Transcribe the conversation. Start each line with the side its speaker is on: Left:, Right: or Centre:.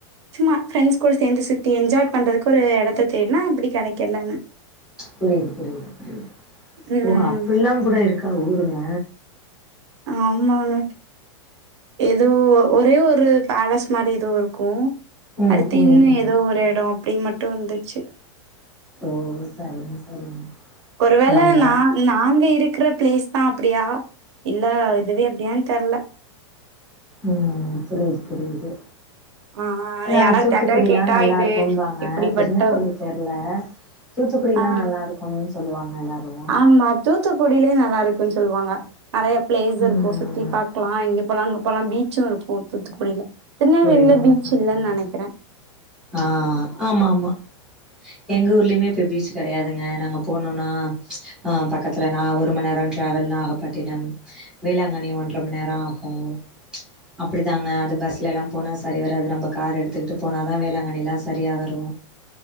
Right: சும்மா ப்ஃரெண்ட்ஸ் கூட சேந்து சுத்தி என்ஜாய் பண்றதுக்கு ஒரு எடத்த தேட்னா அப்டி கெடைக்கல ஆனா
Centre: புரியுது புரியுது புரியுது
Right: ம்.
Centre: ஓ அப்புல்லாம் கூட இருக்கா ஊருங்க
Right: ஆமாங்க ஏதோ ஒரே ஒரு பேலஸ் மாரி ஏதோ இருக்கும்
Centre: ம்
Right: அடுத்து
Centre: ம்
Right: இன்னும்
Centre: ம்
Right: ஏதோ ஒரு எடோ அப்டின் மட்டும் வந்துச்சி
Centre: ஓ சரிங்க சரிங்க
Right: ஒருவேள
Centre: நம்ப
Right: நா நாங்க இருக்குற பிளேஸ் தா அப்டியா இல்ல இதுவே அப்டியான்னு தெர்ல
Centre: ம் புரியுது புரியுது
Right: ஆ
Centre: ஆனா
Right: யாராவது
Centre: தூத்துக்குடில்லா
Right: யார்ட்டயாவது கேட்டா
Centre: நல்லாருக்கும்பாங்க
Right: இது இப்படிப்பட்ட
Centre: திருநெல்வேலி தெர்ல தூத்துக்குடில்லா
Right: ஆ
Centre: நல்லா இருக்குன் சொல்லுவாங்க எல்லாரும்
Right: ஆமா தூத்துக்குடியிலே நல்லாருக்கும் சொல்லுவாங்க நறைய பிளேஸ்
Centre: ம்
Right: இருக்கும் சுத்தி பாக்கலா இங்க போலா அங்க போலா பீச்சும் இருக்கும் தூத்துக்குடில திருநெல்வேலில
Centre: புரியுதுங்க
Right: பீச்
Centre: புரியுதுங்க
Right: இல்லன் நெனைக்கிறே
Centre: ஆ ஆமா ஆமா எங்க ஊர்லயுமே இப்ப பீச்சு கெடையாதுங்க நாங்க போனோனா ஆ பட் பக்கத்துலனா ஒரு மண் நேரோ ட்ராவல் நாகப்பட்டினம் வேளாங்கண்ணி ஒன்ற மண் நேரோ ஆகும் அப்படித்தாங்க அது பஸ் லெல்லாம் போனா சரி வராது நம்ப கார் எடுத்துக்கிட்டு போனாதா வேளாங்கண்ணிலா சரியா வரும்